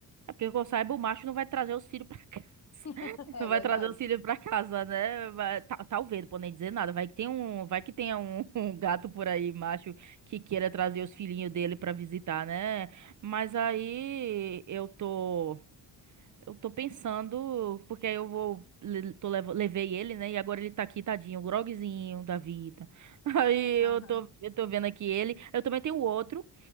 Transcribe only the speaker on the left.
<laughs> É
verdade?
Aham.